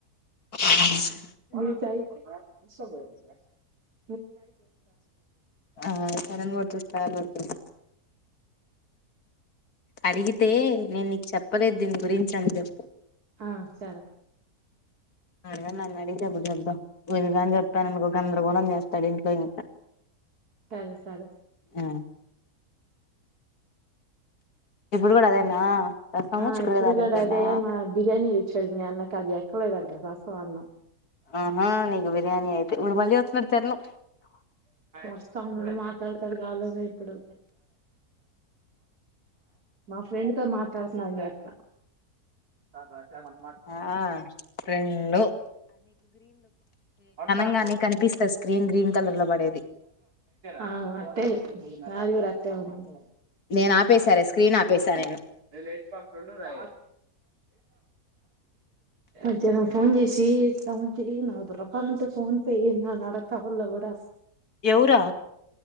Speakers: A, on the left; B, on the right.
A: అ
B: ఆ <unintelligible>
A: ఆ చరంగా <unintelligible> బర్తుంది అడిగితే నేను నీకు చెప్పలేదు దీని గురించి అనీ చెప్పు
B: ఆ సరే
A: ఆ అదే నన్న అడిగీతే అపుడు చేద్దాం విను కాని చెప్పాను అనుకో గందరగం చేస్తాడు ఇంట్లో ఇంకా <inaudible>
B: సరే సరే
A: ఆ ఇప్పుడు కూడా అదేనా రసము
B: ఆ
A: చిక్కుడుకాయ
B: ఇప్పుడు
A: తాలింపేనా
B: కూడా అదే మా బిర్యానీ ఇచ్చాడు మీ అన్నకు అది ఎక్కలేదంట రసం అన్నం
A: ఆహా నీకు బిర్యానీ అయితే ఇప్పుడు మళ్ళీ వస్తున్నాడు తెరను
B: వస్తా ఉండడు మాట్లాడతాడు కావాల ఇప్పుడు మా ఫ్రెండ్ తో మాట్లాడలా మీ అత్త వ
A: ఆ రెండు
B: మార్
A: కానీ కనిపిస్తా స్్రీన్ గ్రీన్ కలర్ లో పడేది
B: అ అంతే నాది కూడా అటనీ వుంది
A: నేను ఆపేశారా స్క్రీన్ ఆపేశాను
B: నట్ పాక రా మధ్యానం ఫోన్ చేసి ఉంచి న రూపాయలు ఉంటే ఫోన్ పే ఉందా అని అడతావల్ కూడాస్త
A: ఎవరు